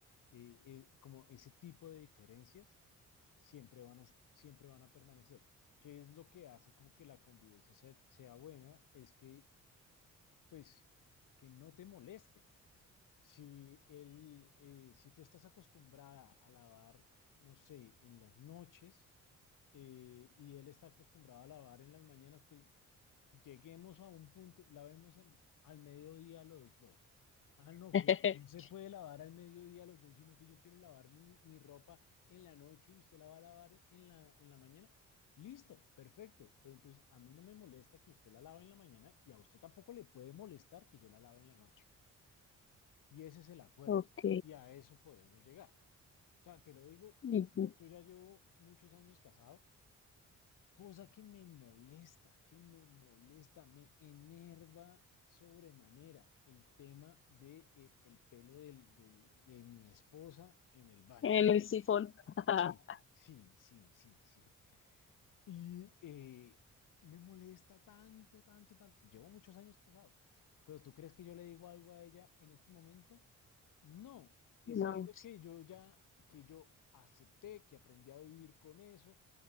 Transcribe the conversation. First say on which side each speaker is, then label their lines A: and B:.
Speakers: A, on the left (about 85°); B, on the left (about 40°).
A: eh, eh, como ese tipo de diferencias siempre van a, siempre van a permanecer. ¿Qué es lo que hace como que la convivencia sea, sea buena? Es que, pues, que no te moleste. Si, él, eh, si tú estás acostumbrada a lavar, no sé, en las noches, eh, y él está acostumbrado a lavar en las mañanas, pues lleguemos a un punto, lavemos en, al mediodía los dos. Ah, no,
B: <laughs>
A: que no se puede lavar al mediodía los dos, sino que yo quiero lavar mi, mi ropa en la noche y usted la va a lavar en la, en la mañana. Listo, perfecto, pero entonces a mí no me molesta que usted la lave en la mañana y a usted tampoco le puede molestar que yo la lave en la noche. Y ese es el acuerdo.
B: ok.
A: Y a eso podemos llegar. O sea, te lo digo,
B: ujú.
A: yo ya llevo muchos años casado cosa que me molesta, que me molesta, me enerva sobremanera el tema de, eh, el pelo del- de, de mi esposa en el baño.
B: En el sifón. <laughs>
A: Sí, sí, sí, sí, sí. Y eh, me molesta tanto, tanto, tanto. Y llevo muchos años casado. Pero ¿tú crees que yo le digo algo a ella en este momento? No, es
B: No.
A: algo que yo ya, que yo acepté, que aprendí a vivir con eso